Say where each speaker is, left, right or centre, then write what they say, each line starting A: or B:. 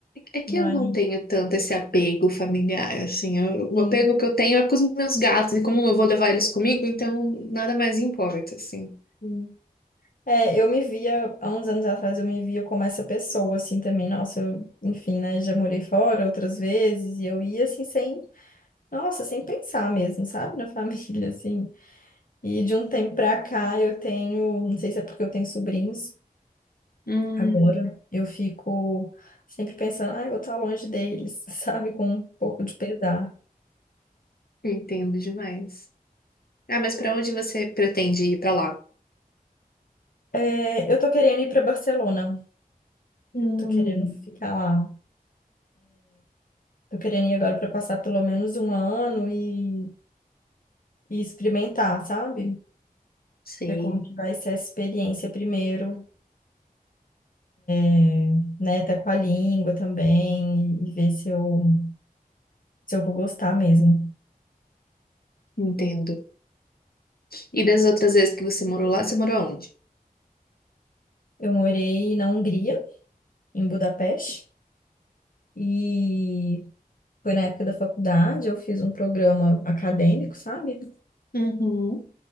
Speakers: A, on the left; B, on the left.
A: é que
B: Mas,
A: eu não tenho tanto esse apego familiar, assim. Eu- o
B: sim.
A: apego que eu tenho é com os meus gatos e como eu vou levar eles comigo, então nada mais importa, assim.
B: sim. É, eu me via, há uns anos atrás, eu me via como essa pessoa, assim, também. Nossa, eu, enfim, né, já morei fora outras vezes e eu ia, assim, sem, nossa, sem pensar mesmo, sabe? Na <laughs> família, assim. E de um tempo pra cá eu tenho, não sei se é porque eu tenho sobrinhos,
A: Hum,
B: Agora eu fico sempre pensando, ah, eu vou estar longe deles, <laughs> sabe? Com um pouco de pesar.
A: entendo demais. Ah, mas para onde você pretende ir para lá?
B: É, eu tô querendo ir para Barcelona,
A: Hum,
B: tô querendo ficar lá. Tô querendo ir agora para passar pelo menos um ano e, e experimentar, sabe?
A: sei,
B: Ver como que vai ser a experiência primeiro, é, né? Até com a língua também, e ver se eu, se eu vou gostar mesmo.
A: entendo. E das outras vezes que você morou lá, você morou onde?
B: Eu morei na Hungria, em Budapeste, e Foi na época da faculdade, eu fiz um programa acadêmico, sabe?
A: Uhum.